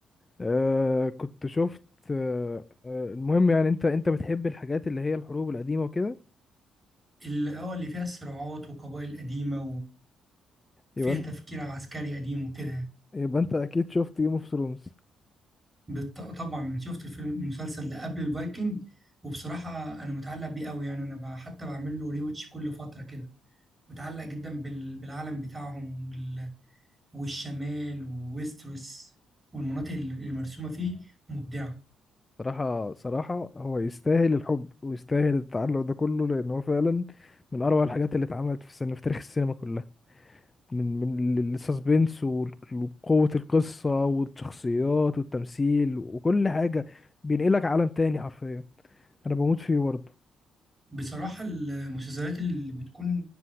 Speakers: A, on the left; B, on the right.
A: آه كنت شفت آه آه المهم يعني انت انت بتحب الحاجات اللي هي الحروب القديمة وكده
B: اللي اه اللي فيها الصراعات وقبائل قديمه وفيها
A: يبقى انت
B: تفكير عسكري قديم وكده يعني.
A: يبقى انت اكيد شفت جيم اوف ثرونز
B: بالط- طبعا شفت الفيلم المسلسل ده قبل الفايكنج وبصراحة أنا متعلق بيه قوي يعني أنا ب- حتى بعمل له ريوتش كل فترة كده متعلق جدا بال- بالعالم بتاعهم وال- والشمال وويستروس والمناطق ال- المرسومة فيه مبدعة
A: صراحة صراحة هو يستاهل الحب ويستاهل التعلق ده كله لان هو فعلا من اروع الحاجات اللي اتعملت في السينما في تاريخ السينما كلها من من السسبنس وقوة القصة والشخصيات والتمثيل وكل حاجة بينقلك عالم تاني حرفيا انا بموت فيه برضه
B: بصراحة المسلسلات اللي بتكون